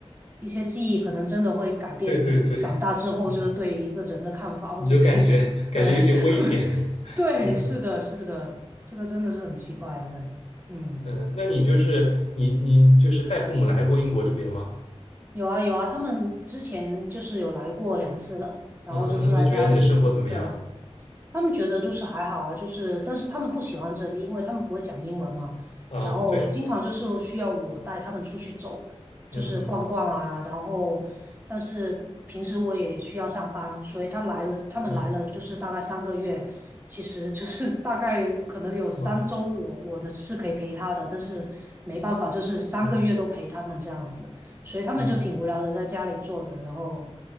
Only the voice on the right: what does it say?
一些记忆可能真的会改变你长大之后就是对一个人的看法，
或者对对 <laughs>
对，
是的，是的，这个真的是很奇怪的。嗯，
有啊有啊，他们之前就是有来过两次了，然后就住在家里这里，
对。他们觉得就是还好啊，就是但是他们不喜欢这里，因为他们不会讲英文嘛，
然后经常就是需要我带他们出去走，
就是逛逛啊，然后但是平时我也需要上班，所以他来了，他们来了就是大概三个月，
其实就是大概可能有三周我我的是可以陪他的，
但是没办法，就是三个月都陪他们这样子，
所以他们就挺无聊的在家里坐着，
然后